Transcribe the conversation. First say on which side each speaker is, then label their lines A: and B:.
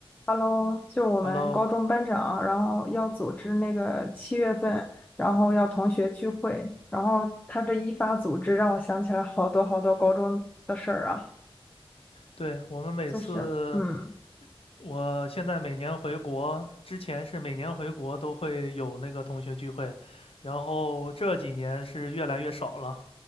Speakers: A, on the left (about 15°); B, on the left (about 70°).
A: Hello，就我们高中班长，
B: Hello，
A: 然后要组织那个七月份，然后要同学聚会，然后他这一发组织，让我想起来好多好多高中的事儿啊，
B: 对，我们每次，
A: 就是，嗯，
B: 我现在每年回国，之前是每年回国都会有那个同学聚会，然后这几年是越来越少了，